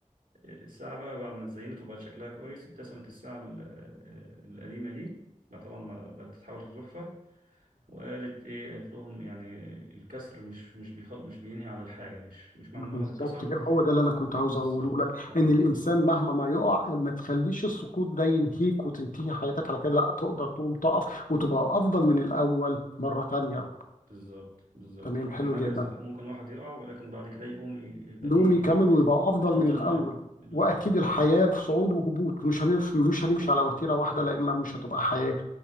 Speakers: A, on the right; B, on the left.
A: الساعة بقى بعد ما اتزينت وبقت شكلها كويس ابتسمت الساعة ال- آه، القديمة دي بقى طبعا ما بقت تتحول لتحفة وقالت إيه قالت لهم يعني الكسر مش مش بيخل مش بينهي على الحاجة مش مش معنى
B: بالظبط
A: الواحد اتكسر
B: كده هو ده اللي
A: بالظبط
B: انا كنت عاوز اقوله لك
A: أيوه
B: ان الانسان مهما ما يقع ما تخليش السقوط ده ينهيك وتنتهي حياتك على كده لا تقدر تقوم تقف وتبقى افضل من الاول مره تانية
A: بالظبط بالظبط
B: تمام
A: ممكن
B: حلو
A: حاجة
B: جدا
A: ز- ممكن واحد يقع ولكن بعد كده يقوم ي- يبقى
B: نقوم
A: ليه
B: يكمل ويبقى
A: أفضل
B: افضل من الاول
A: من- بالظبط
B: واكيد الحياه في صعود وهبوط مش هنمشي مش هنمشي على وتيره واحده لان مش هتبقى حياه